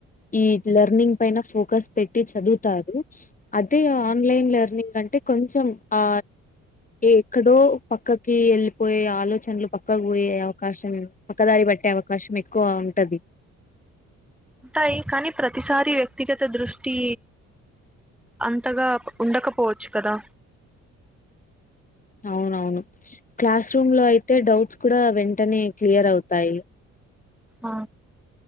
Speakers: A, on the left; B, in the centre.
A: ఈ లెర్నింగ్ పైన ఫోకస్ పెట్టి చదువుతారు అ యితే ఆన్లైన్ లెర్నింగ్ కంటే కొంచెం ఆ ఎక్కడో పక్కకి వెళ్ళిపోయే ఆలోచనలు పక్కకు పోయే అవకాశం పక్కదారి పట్టే అవకాశం ఎక్కువ ఉంటది
B: ఉంటాయి కానీ ప్రతిసారి వ్యక్తిగత దృష్టి అంతగా ఉండకపోవచ్చు కదా
A: అవునవును క్లాస్ రూమ్లో అయితే డౌట్స్ కూడా వెంటనే క్లియర్ అవుతాయి
B: ఆ